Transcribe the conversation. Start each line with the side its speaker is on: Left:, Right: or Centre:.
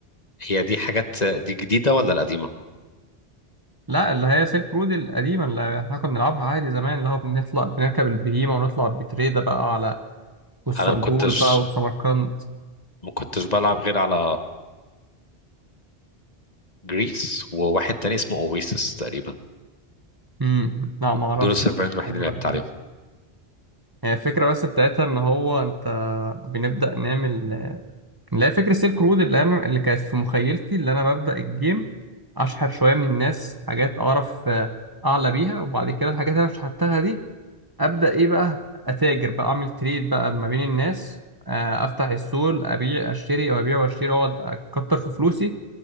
Left: هي دي حاجات دي جديدة ولا القديمة
Right: لا اللي هي سيلك رود القديمة اللي احنا كنا بنلعبها عادي زمان اللي هو بنطلع بنركب البهيمة ونطلع بتريدة بقى على والصلبول
Left: انا ما كنتش
Right: بقى وسمرقند
Left: ما كنتش بلعب غير على جريس وواحد تاني اسمه اويسس تقريبا
Right: امم لا ما اعرفش
Left: دول السيرفرين الوحيدين
Right: الخبرة
Left: اللي لعبت
Right: دي
Left: عليهم
Right: هي الفكرة بس بتاعتها ان هو انت بنبدأ نعمل اللي هي فكرة سيلك رود اللي انا اللي كانت في مخيلتي اللي انا ببدأ الجيم اشحت شوية من الناس حاجات اعرف آه، اعلى بيها وبعد كده الحاجات اللي انا شحتها دي ابدا ايه بقى اتاجر بقى اعمل تريد بقى ما بين الناس آه، افتح السوق ابيع اشتري وابيع واشتري واقعد اكتر في فلوسي